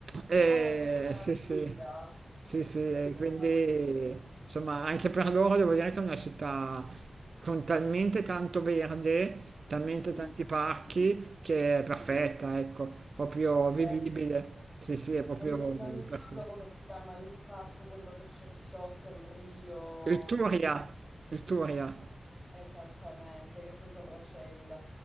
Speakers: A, on the right; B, on the left.
A: E
B: ah, che meraviglia!
A: sì, sì, sì, sì, e
B: Che meraviglia!
A: quindi insomma anche per loro devo dire che è una città con talmente tanto verde, talmente
B: Sì,
A: tanti parchi,
B: sì,
A: che è perfetta,
B: sì.
A: ecco, proprio vivibile.
B: Eh,
A: Sì, sì, è proprio
B: non mi, non mi ricordo
A: perfetta.
B: come si chiama il parco, quello che c'è sotto il rio,
A: Il Turia,
B: dove
A: il Turia.
B: Esattamente, che poi sopra c'è il,